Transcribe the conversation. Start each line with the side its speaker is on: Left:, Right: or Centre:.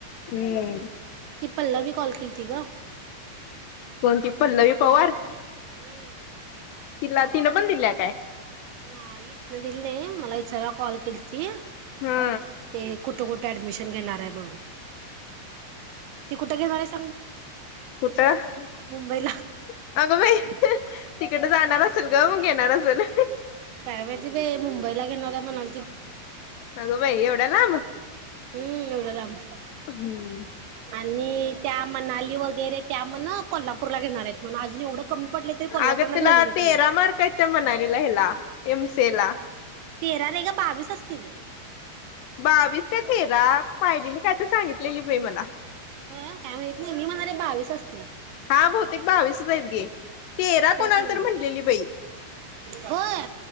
Left: हम्म
Right: ती पल्ला व कॉल केती ग
Left: कोणती पल्लवी पवार
Right: हम्म.
Left: तला तीन बंदल् याकाय
Right: नाही तिन दिली नाही. मला विचाराला कॉल केली ती
Left: हा
Right: ते कुठ कुठ ॲडमिशन घेणारे बघा. ते कुठे गेलायस.
Left: कुठ अगं
Right: मुंबईला
Left: बाई तिकडे जाणार असेल ग मग ये. नाराज ना.
Right: काय माहितीे ब मुंबईला घेणार्या म्हणा.
Left: नगो बाई एव. डला.
Right: हम्म एवढं लांब
Left: हम्म
Right: आणि त्या म्हणाली. वगैरे. त्या आ म ना कोल्हाप. कोल्हापूरला घेणार आहेत अजून एवढं. कमी पडले तरी कोल्हापूरलाच
Left: आगतला
Right: घेणार आहेत
Left: तेरा
Right: म्हण.
Left: मारकयत मनला एला एमसेल.
Right: तेरा रे का बावीस असतील.
Left: बावीस का. तेरा पाहिलेली काय तर सांगितलेली बाई मला
Right: काय माहित नाही मी म्हणारे बावीस असते.
Left: हा बहुतेक बावीसच आहेत गे तेरा
Right: तेच
Left: कोणाला
Right: म्हणलं
Left: तर म्हणलेली बाई
Right: होय